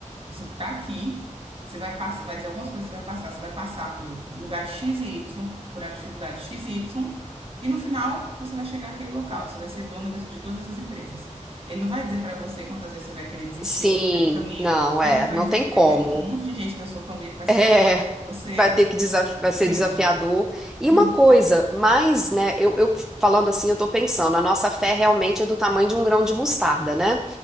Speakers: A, on the right; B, in the centre.
A: Você está aqui, você vai passar, vai dizer algumas coisas, você vai passar, você vai passar por lugar X e Y, por a dificuldade X e Y, e no final você vai chegar àquele local, você vai ser dona das- de todas essas empresas. Ele não vai dizer para você quantas vezes você vai querer desistir
B: Sim,
A: no meio do caminho,
B: não,
A: ele
B: é,
A: não vai
B: não
A: dizer
B: tem
A: que
B: como.
A: vai ter um monte de gente da sua família que vai se
B: É.
A: levantar de você,
B: Vai ter que desaf- vai
A: entende?
B: ser desafiador. E uma
A: Uhum.
B: coisa, mais, né, eu, eu falando assim, eu tô pensando, a nossa fé realmente é do tamanho de um grão de mostarda, né?